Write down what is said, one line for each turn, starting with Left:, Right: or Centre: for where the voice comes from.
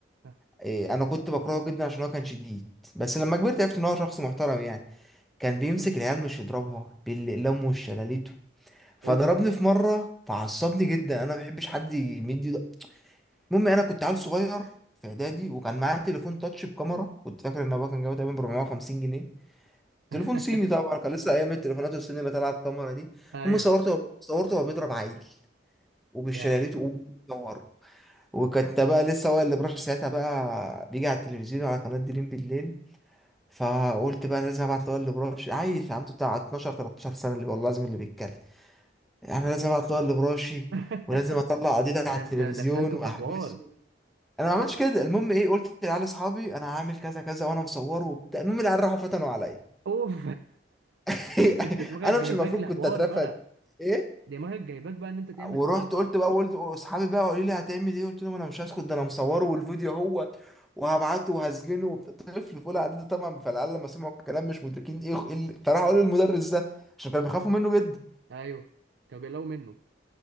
Right: آه.
Centre: إيه انا كنت بكرهه جدا عشان هو كان شديد بس لما كبرت عرفت ان هو شخص محترم يعني كان بيمسك العيال مش يضربها باللم والشلاليت فضربني
Right: اوف
Centre: في مره فعصبني جدا انا ما بحبش حد يمد ايده المهم انا كنت عيل صغير في اعدادي وكان معايا تليفون تاتش بكاميرا كنت فاكر ان ابويا كان جايبه تقريبا ب 450 جنيه تليفون
Right: <laughs>
Centre: صيني طبعا كان لسه ايام التليفونات الصيني اللي طالعه بكاميرا دي
Right: ايوه
Centre: المهم صورته وهو- صورته وهو بيضرب عيل وبالشلاليت
Right: يا لهوي
Centre: وقوم بيصوره وكنت بقى لسه هو اللي براش ساعتها بقى بيجي على التلفزيون على قناه دريم بالليل فقلت بقى أنا لازم ابعت هو اللي براش عيل عنده بتاع 12 13 سنه اللي والله لازم اللي بيتكلم انا لازم اطلع اللي براشي
Right: <laughs>
Centre: ولازم اطلع قضيتي على
Right: ده
Centre: التلفزيون
Right: انت دخلته
Centre: واحبسه
Right: في حوار
Centre: انا ما عملتش كده المهم ايه قلت لعيال اصحابي انا هعمل كذا كذا وانا مصوره وبتاع المهم العيال راحوا فتنوا عليا
Right: اوف
Centre: <laughs>
Right: <laughs> انت دماغك
Centre: انا
Right: جايباك
Centre: مش المفروض
Right: لحوار
Centre: كنت اترفد
Right: بقى
Centre: ايه
Right: دماغك جايباك بقى ان انت تعمل
Centre: ورحت
Right: حوار بقى
Centre: قلت بقى قلت اصحابي بقى قالوا لي هتعمل ايه قلت لهم انا مش هسكت ده انا مصوره والفيديو اهوت وهبعته وهسجنه وبتاع. طفل في اولى اعدادي طبعا فالعيال لما سمعوا الكلام مش مدركين ايه إيه اللي- فراحوا قالوا للمدرس ده عشان كانوا بيخافوا منه جدا
Right: ايوه كان بيقلقوا منه